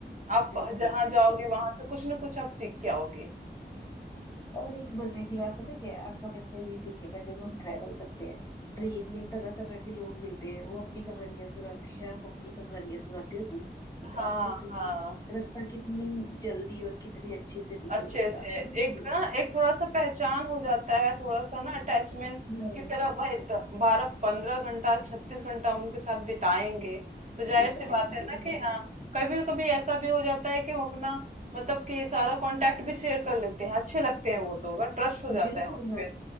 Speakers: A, on the right (about 40°); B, on the left (about 20°).
A: आप
B: बिल्कुल
A: जहां
B: बिल्कुल
A: जाओगे वहां से कुछ ना कुछ आप सीख के आओगे
B: और एक मजे की बात पता क्या है आपका बच्चा ये सीखेगा जब हम ट्रेवल करते हैं ट्रेन में तरह तरह के लोग मिलते हैं वो अपनी कहानियां सुनाते हैं आप अपनी कहानियां सुनाते हो तो
A: हाँ
B: आप सोचो
A: हाँ
B: कि रास्ता कितनी जल्दी और कितने अच्छे से निकल
A: अच्छे
B: लेगा
A: से
B: है ना
A: एक
B: हमें
A: ना एक थोड़ा सा पहचान हो जाता है थोड़ा सा ना अटैचमेंट
B: हाँ,
A: की तरह भाई बारह पंद्रह घंटा छत्तीस घंटा हम उनके साथ बिताएंगे तो जाहिर
B: बिताएंगे
A: सी बात है ना कि
B: हाँ
A: हाँ कभी कभी ऐसा भी हो जाता है कि हम अपना मतलब कि सारा कांटेक्ट भी शेयर कर लेते हैं अच्छे लगते हैं वो तो अगर ट्रस्ट हो जाता
B: बिल्कुल
A: है उनपे
B: हाँ